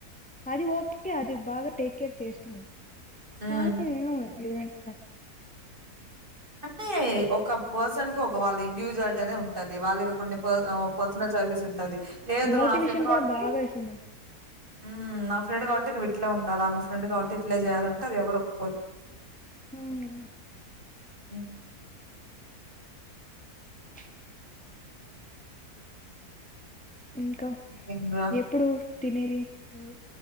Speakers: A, in the centre; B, on the right.
A: అది ఓకే అది బాగా టేక్ కేర్ చేస్తున్నాయి
B: మ్.
A: తా ఎం అది ఉ
B: అంటే ఒక పర్సన్ కి ఒక వాళ్ళ ఇండివిజువాలిటీ అనే ఉంటది వాళ్ళకి కొన్ని ప హ పర్సనల్ అవి విసురుతాది లేదు
A: మోటివేషన్
B: నువ్ నా ఫ్రెండ్
A: కూడా
B: కాబట్టి
A: బాగా ఇస్తుంది అసలు.
B: మ్మ్ నా ఫ్రెండ్ కాబట్టి నువ్ ఇట్లే ఉండాలా అమ్మే ఫ్రెండ్ కాదు ఎట్లా చేయాలంటే అది ఎవరు ఒప్పుకోరు
A: ఉమ్మ్
B: మ్మ్
A: హా ఇంకా
B: ఇంకేం రా
A: ఎప్పుడు తినేది నువ్వు